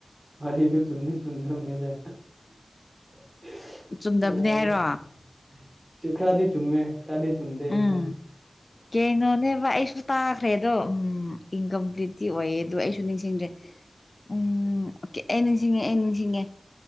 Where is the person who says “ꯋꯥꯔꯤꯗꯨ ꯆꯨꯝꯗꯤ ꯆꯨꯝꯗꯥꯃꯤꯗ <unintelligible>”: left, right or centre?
Right